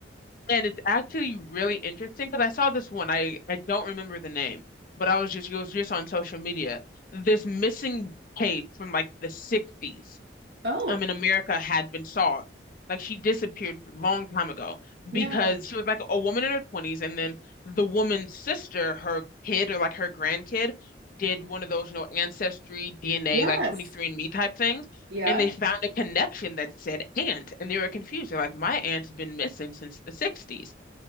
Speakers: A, on the left; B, on the right.
A: And it's actually really interesting because I saw this one. I I don't remember the name, but I was just it was just on social media. This missing tape from like the 60s.
B: Oh,
A: um in America had been solved. Like she disappeared a long time ago
B: yeah.
A: because she was like a woman in her 20s and then the woman's sister, her kid or like her grandkid did one of those, you know, ancestry DNA
B: Yes.
A: like 23 and Me type things
B: Yeah.
A: and they found a connection that said aunt and they were confused. They're like my aunt's been missing since the 60s.